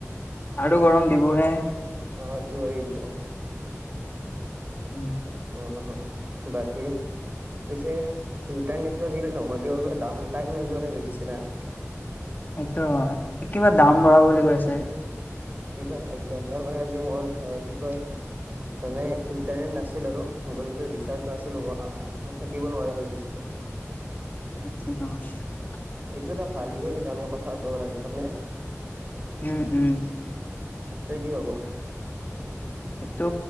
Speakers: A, on the left; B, on the right.
A: আৰু গৰম দিবহে
B: এইটো হয় কিন্তু
A: উম
B: অ অ বাকী পিছে ইণ্টাৰনেটটো আজিকালি নহ'লেও দাম টাইম নোযোৱা গৈছিনা
A: সেইটো হয় কিবা দাম বঢ়াব বুলি কৈছে
B: কি কয় এক ঘন্টাৰ কাৰণে আজি মোৰ কি কয় মানে ইণ্টাৰনেট নাছিল আৰু মোবাইলত ৰিচাৰ্জ নাছিলোঁ মই থাকিব নোৱাৰা হৈ গৈছিলোঁ। <inaudible> <unintelligible>
A: <unintelligible>
B: এইটো এটা ভাল বিষয় কিন্তু আমি কথা পাতিব পাৰাকে হয়নে।
A: উম উম
B: তই কি ভাব
A: এইটো